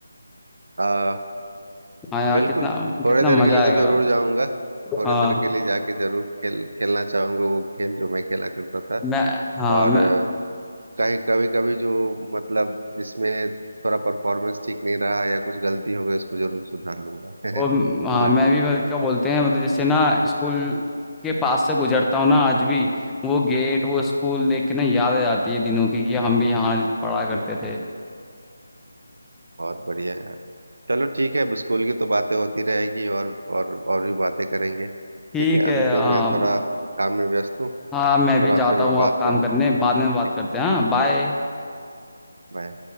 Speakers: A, on the right; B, in the centre.
A: वाला
B: हाँ यार
A: बिल्कुल
B: कितना
A: थोड़े
B: कितना
A: देर
B: मजा
A: के लिए
B: आएगा
A: तो जरूर जाऊंगा थोड़े
B: हाँ
A: देर के लिए जाके जरूर खेल खेलना चाहूंगा वो खेल जो मैं खेला करता था
B: मैं हाँ
A: और
B: मैं
A: अ, कहीं कभी कभी जो मतलब जिसमें थोड़ा परफॉर्मेंस ठीक नहीं रहा या कुछ गलती हो गई उसको जरूर सुधार लूंगा <laughs>
B: और
A: है
B: म- हाँ
A: ना
B: मैं भी मतलब क्या बोलते हैं मतलब जैसे ना स्कूल के पास से गुजरता हूँ ना आज भी वो गेट वो स्कूल देख के ना याद आ जाती है दिनों की कि हम भी यहाँ पढ़ा करते
A: बिल्कुल
B: थे
A: बहुत बढ़िया यार चलो ठीक है अब स्कूल की तो बातें होती रहेगी और और और भी बातें करेंगे ठीक
B: ठीक
A: है
B: है
A: अभी
B: हाँ
A: तो मैं थोड़ा काम में व्यस्त हूँ
B: हाँ मैं भी
A: थोड़ा
B: जाता
A: फिर मैं
B: हूँ
A: बात
B: अब काम
A: करता
B: करने
A: हूँ
B: बाद में बात
A: ठीक
B: करते
A: है
B: हैं हाँ बाय
A: बाय